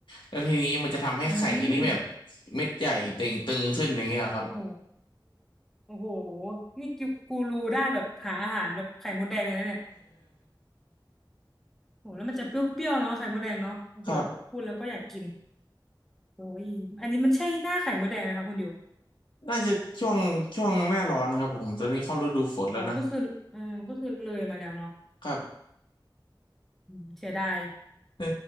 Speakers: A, on the left (about 80°); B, in the centre.
A: แล้วทีนี้มันจะทำให้ไข่นี่แบบ
B: อืม
A: เม็ดใหญ่เต่งตึงขึ้นอย่างเงี้ยครับ
B: โอ้โหโอ้โหนี่กิกูรูด้านแบบหาอาหารแบบไข่มดแดงเลยนะเนี่ยโอ้โหแล้วมันจะเปรี้ยวๆเนาะไข่มดแดงเนาะโอ้โหพูดแล้วก็อยากกิน
A: <laughs> ครับ
B: โอ้ยอันนี้มันใช่หน้าไข่มดแดงไหมคะคุณอยู่
A: น่าจะช่วงช่วงหน้าร้อนครับผมตอนนี้เข้าฤดูฝนแล้วนะ
B: อ๋อก็คือเอาก็คือเลยมาแล้วเนาะ
A: ครับ <laughs>
B: อืมเสียดาย
A: เออ